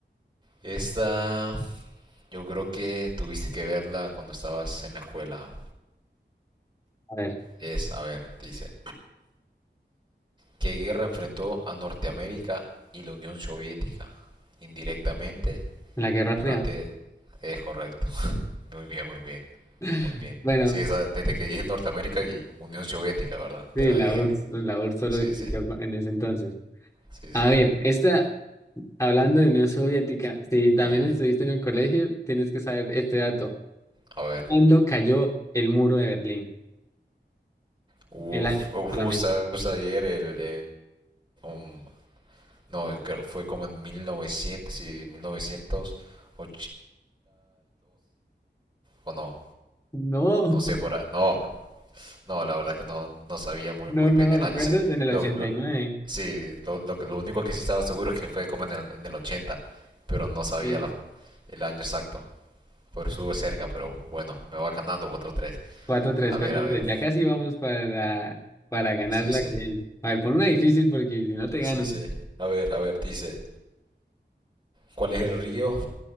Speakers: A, on the right; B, on the left.
A: Esta, yo creo que tuviste que verla cuando estabas en la escuela.
B: A ver,
A: Es, a ver, dice, ¿qué guerra enfrentó a Norteamérica y la Unión Soviética? Indirectamente,
B: la Guerra
A: Durante...
B: Fría.
A: Es correcto. Muy bien, muy bien,
B: <laughs>
A: muy bien.
B: Bueno,
A: Sí, esa, desde que dije Norteamérica y Unión Soviética, ¿verdad?
B: sí,
A: Te la
B: la
A: dije.
B: URSS, la URSS solo
A: Sí,
B: existió
A: sí,
B: en ese entonces.
A: sí, sí.
B: A ver, esta, hablando de Unión Soviética, si también
A: Ujú.
B: estuviste en el colegio, tienes que saber este dato.
A: A ver.
B: ¿Cuándo cayó el muro de Berlín?
A: Uf,
B: El año
A: uf,
B: solamente.
A: justo, justo ayer el... eh, um, no, creo- fue como en 1900, sí, 1982. O no,
B: No,
A: no sé por... a- No, no, la verdad que no, no sabía
B: <laughs>
A: muy,
B: no,
A: muy
B: no
A: bien
B: lo
A: el
B: recuerdo.
A: año. Sí,
B: En el
A: lo,
B: 89.
A: lo- Sí, lo, lo, que- lo único que sí estaba seguro es que fue como en el, en el 80, pero no sabía
B: Sí,
A: la- el año exacto. pero estuve cerca, pero bueno, me va ganando 4 tres,
B: Cuatro tres
A: A
B: cuatro
A: ver, a ver.
B: tres. Ya casi vamos para, para ganar
A: Sí,
B: la
A: sí.
B: que es. A ver, pon una difícil porque si no te
A: Sí,
B: gano.
A: sí. A ver, a ver, dice. ¿Cuál es el río